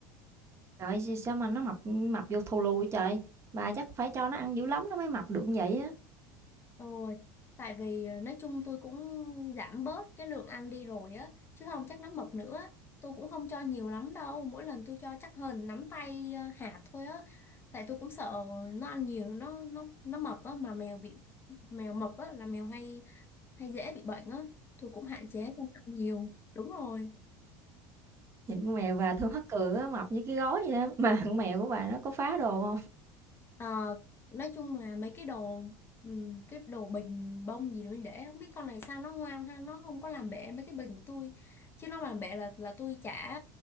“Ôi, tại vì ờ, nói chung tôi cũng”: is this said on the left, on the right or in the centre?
Left